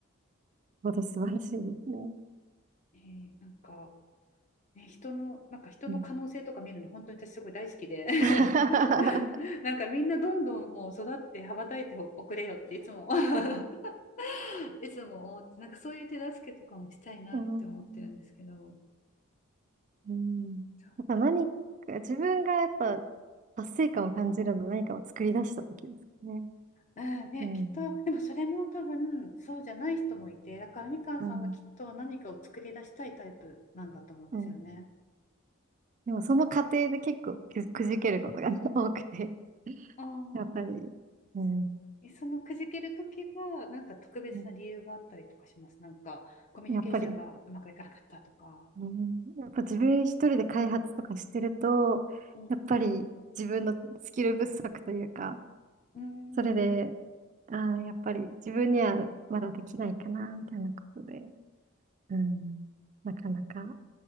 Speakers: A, on the right; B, on the left.
A: ほど素晴らしいですね。
B: えーなんかね、人の、なんか人の可能性とか見るの本当に私すごい大好きで
A: うん。<laughs>
B: <laughs> なんかみんなどんどんもう育って羽ばたいておくれよっていつも <laughs> いつも思ってなんかそういう手助けとかもしたいなって思ってるんですけど
A: うん。うんやっぱ何か、
B: そう、
A: 自分がやっぱ達成感を感じるのは何かを作り出した時ですね。
B: うんね、
A: うん。
B: きっとでもそれも多分そうじゃない人もいてだからみかんさんはきっと何かを作り出したいタイプなんだと思うんですよね。
A: うん。うん。でもその過程で結構く、くじけることが <laughs> 多くて、
B: ああ
A: やっぱり。うん。
B: えそのくじけるときは、なんか特別な理由があったりとかします。
A: うん
B: なんか、コミュニケーションがうまくいかなかったとか。
A: やっぱり、うん、やっぱ自分一人で開発とかしてると、
B: うん
A: やっぱり自分のスキル不足というか、
B: うーん。
A: それで、あー、やっぱり自分にはまだできないかな、みたいなことで、うん、なかなか